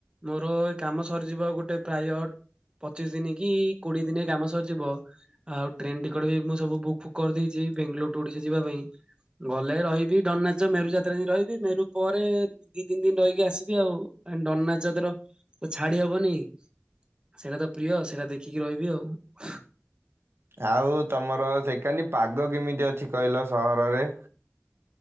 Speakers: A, on the right; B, on the right.
A: ମୋର ଏ କାମ ସରିଯିବ ଗୋଟେ ପ୍ରାୟ ପଚିଶ ଦିନ କି କୋଡିଏ ଦିନ କାମ ସରିଯିବ। ଆଉ ଟ୍ରେନ ଟିକେଟ ବି ମୁଁ ସବୁ ବୁକ୍ କରିଦେଇଛି ବେଙ୍ଗାଲୋର ଟୁ ଓଡିଶା ଯିବା ପାଇଁ। ଗଲେ ରହିବି ଦଣ୍ଡନାଚ ମେରୁ ଯାତ୍ରା ଦିନ ରହିବି ମେରୁ ପରେ ଦି ତିନି ଦିନ ରହିକି ଆସିବି ଆଉ ଆହେଁ ଦଣ୍ଡନାଚ ତାର ଏ ଛାଡିହବନି। ସେଇଟା ତ ପ୍ରିୟ ଆଉ ସେଇଟା ଦେଖିକି ରହିବି ଆଉ।
B: ଆଉ ତମର ସେକାନି ପାଗ କେମିତି ଅଛି କହିଲ ସହରରେ?